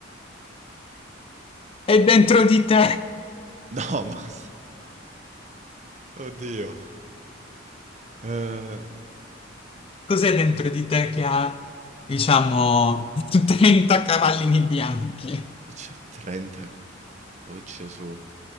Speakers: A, on the left (about 30°); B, on the right (about 35°).
A: È dentro di te.
B: No, ma s oddio. Uhm
A: Cos'è dentro di te che ha, diciamo, <laughs> 30 cavallini bianchi?
B: E c'ha 30. Oh Gesù.